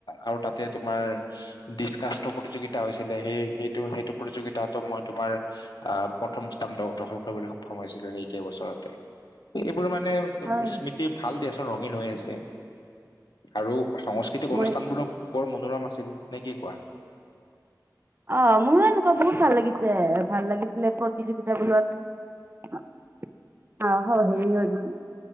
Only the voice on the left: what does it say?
আৰু তাতে তোমাৰ দিছকাচ থ্ৰ প্ৰতিযোগিতা হৈছিলে, সেই, সেইটো, সেইটো প্ৰতিযোগিতাতো মই তোমাৰ অ', প্ৰথম স্থান দ-দখল কৰিবলৈ সক্ষম হৈছিলো সেই একেবছৰতে। এইবোৰ মানে
স্মৃতি ভাল দিয়াচোন ৰঙীন হৈ আছে। আৰু সংস্কৃতিক
অনুষ্ঠান বোৰো বৰ মনোৰম আছিল, নে কি কোৱা?